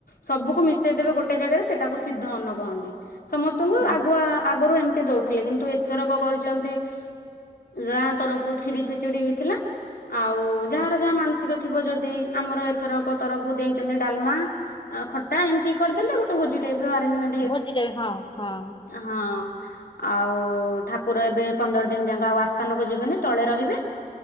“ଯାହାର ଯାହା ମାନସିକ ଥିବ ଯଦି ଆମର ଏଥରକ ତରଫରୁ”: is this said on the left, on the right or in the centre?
Left